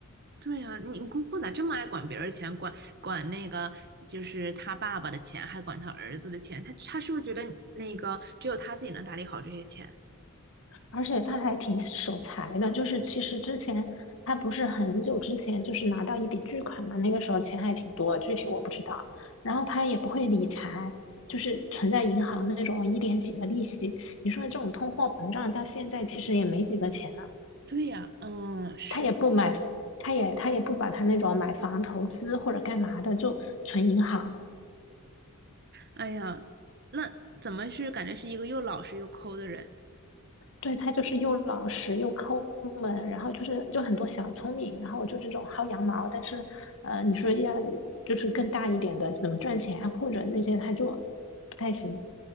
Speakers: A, on the right; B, on the left.
A: 对呀、啊你姑姑咋这么爱管别人钱，管管那个就是他爸爸的钱，还管他儿子的钱？他他是不是觉得那个只有他自己能打理好这些钱？
B: 而且他还挺守财的，就是其实之前他不是很久之前就是拿到一笔巨款嘛，那个时候钱还挺多，具体我不知道。然后他也不会理财，就是存在银行那种一点几的利息。你说这种通货膨胀到现在其实也没几个钱了，
A: 对呀，嗯，是，
B: 他也不买，他也他也不把他那种买房投资或者干嘛的，就存银行。
A: 哎呀，那怎么是感觉是一个又老实又抠的人？
B: 对，他就是又老实又抠门，然后就是就很多小聪明，然后就这种薅羊毛。但是，呃，你说要就是更大一点的怎么赚钱啊或者那些，他就不太行。